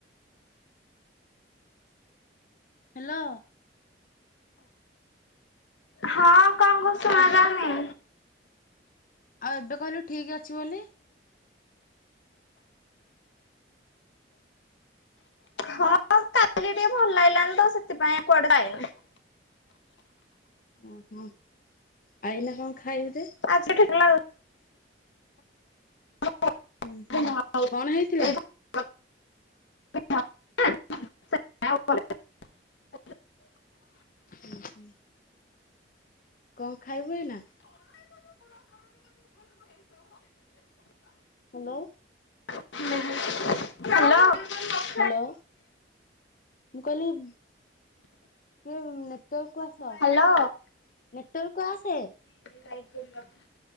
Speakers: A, on the left; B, on the left.
A: ହ୍ୟାଲୋ।
B: ହଁ କଣ କହୁଛ ଶୁଣା ଜାଉନି?
A: ଆଉ ଏବେ କହିଲୁ ଠିକ୍ ଅଛି ବୋଲି।
B: ହଁ ଟିକେ ଭଲ ଲାଗିଲାନି ତ ସେଥିପାଇଁ କୁଆଡେ ଯାଇନି।
A: ଓହୋ ଏଇନା କଣ ଖାଇବୁ ଯେ?
B: ଆଜି ଠିକ୍ ଲାଗୁ <unintelligible>
A: ହୁଁ ହୁଁ କଣ ହେଇଥିଲା
B: <unintelligible>
A: ଉଁ ହୁଁ। କଣ ଖାଇବୁ ଏଇନା? ହ୍ୟାଲୋ।
B: <inaudible> ହ୍ୟାଲୋ।
A: ହ୍ୟାଲୋ ମୁଁ କହିଲି କିଏ ନେ ତକୁ ଆସ ନେଟୱାର୍କ
B: ହ୍ୟାଲୋ।
A: କୁଆସେ।
B: <unintelligible>